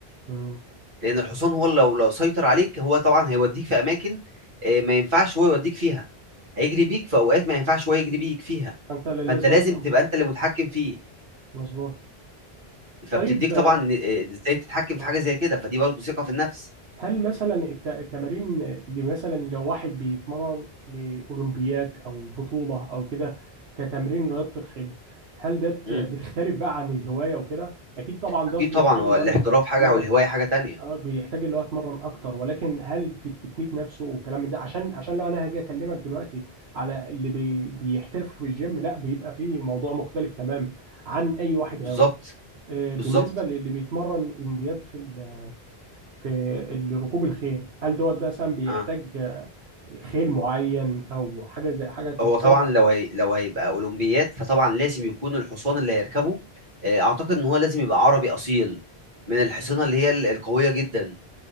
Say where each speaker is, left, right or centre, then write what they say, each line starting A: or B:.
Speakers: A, on the right; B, on the right.
A: مم.
B: لان الحصان هو لو لو سيطر عليك هو طبعا هيوديك في اماكن آه، ما ينفعش هو يوديك فيها هيجري بيك في اوقات ما ينفعش هو يجري بيك فيها
A: فانت لازم
B: فانت لازم
A: تبقى
B: تبقى
A: متحكم
B: انت اللي متحكم فيه
A: مظبوط
B: فبتديك
A: طيب
B: طبعا آه، ازاي تتحكم في
A: آه،
B: حاجه زي كده فدي برضه ثقه في النفس
A: هل مثلا الت- التمارين اللي مثلا لو واحد بيتمرن لاولمبيات او بطوله او كده كتمرين رياضه الخيل هل ده
B: امم
A: بتختلف بقى عن الهوايه وكده اكيد طبعا
B: اكيد
A: ده بيحتاج
B: طبعا هو
A: اللي
B: الاحتراف
A: هو يتمرن
B: حاجه والهوايه حاجه تانية
A: اه بيحتاج اللي هو يتمرن اكتر ولكن هل في التكنيك نفسه والكلام ده عشان عشان لو انا هاجي اكلمك دلوقتي على اللي بي بيحترفوا في الجيم لا بيبقى فيه موضوع مختلف تماما عن اي واحد
B: بالظبط
A: هاوي آه،
B: بالظبط
A: بالنسبة للي بيتمرن أولمبياد في ال- في ركوب الخيل هل دوت بقى مثلا بيحتاج
B: اه
A: آه، خيل معين أو حاجة زي حاجة
B: هو
A: مختلفة
B: طبعا
A: عن
B: لو هي... لو هيبقى اولمبيات فطبعا لازم يكون الحصان اللي هيركبه آه، اعتقد ان هو لازم يبقى عربي اصيل من الحصينه
A: مم.
B: اللي هي ال- القويه جدا